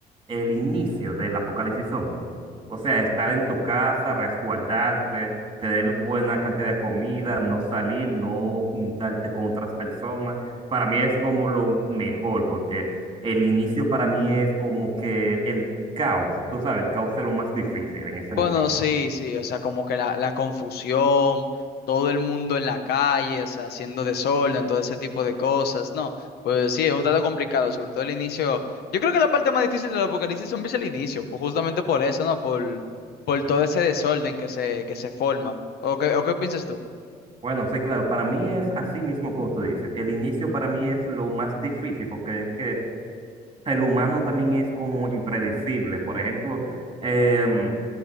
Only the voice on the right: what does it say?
el inicio del apocalipsis zombie. O sea, estar en tu casa, resguardarte, tener buena cantidad de comida, no salir, no juntarte con otras personas. Para mí es como lo mejor, porque el inicio para mí es como que el caos, tú sabes, el caos es lo más difícil en ese
momento.
Bueno, sí, claro, para mí es así mismo como tú dices. El inicio para mí es lo más difícil porque es que el humano también es como impredecible. Por ejemplo, em,